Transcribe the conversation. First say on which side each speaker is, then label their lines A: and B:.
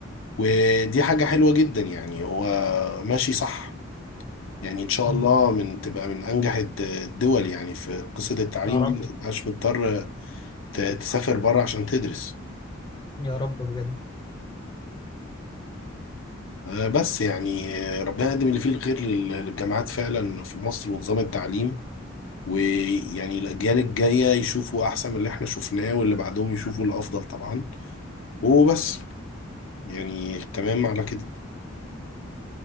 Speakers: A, on the left; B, on the left.
A: ودي حاجة حلوة جدا يعني هو ماشي صح يعني ان شاء
B: مم.
A: الله من تبقى من انجح الد- الدول يعني في قصة التعليم
B: يا رب
A: دي ما تبقاش مضطر ت- تسافر بره عشان تدرس
B: يا رب بجد
A: آه، بس يعني آه، ربنا يقدم اللي فيه الخير لل- للجامعات فعلا في مصر ونظام التعليم ويعني الاجيال الجاية يشوفوا احسن من اللي احنا شفناه واللي بعدهم يشوفوا الافضل طبعا وبس يعني تمام على كده